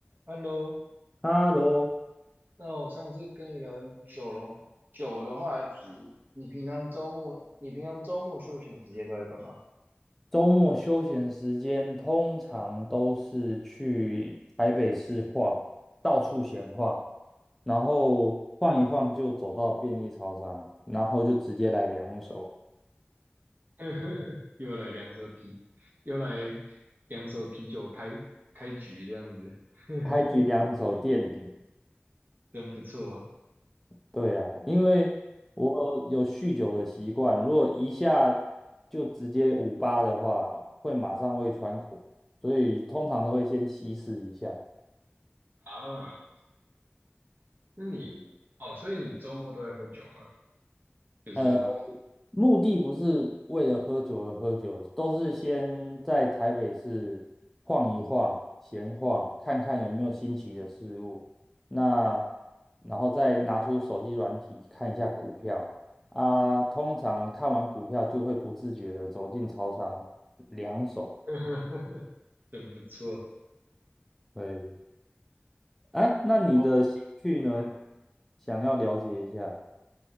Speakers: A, on the right (about 50°); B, in the centre.
A: Hello，
B: 哈喽，
A: 那我上次跟你聊很久咯，酒的话题，你平常周末，你平常周末休闲时间都在干嘛？
B: 周末休闲时间通常都是去台北市晃，到处闲晃，然后晃一晃就走到便利超商，然后就直接来两手，
A: <laughs> 又来两手啤，又来两手啤酒开开局这样子，<laughs>
B: 开局两手垫底。
A: 真真不错
B: 对啊，因为我有酗酒的习惯，如果一下就直接五八的话，会马上胃穿孔，所以通常都会先稀释一下。
A: 啊！那你哦，所以你周末都在喝酒吗？就是
B: 呃。目的不是为了喝酒而喝酒，都是先在台北市晃一晃、闲晃，看看有没有新奇的事物。那然后再拿出手机软体看一下股票啊，通常看完股票就会不自觉的走进超商两手。
A: <laughs> 真不错，
B: 对。哎，那你的兴趣呢？
A: 哦，嗯，
B: 想要了解一下。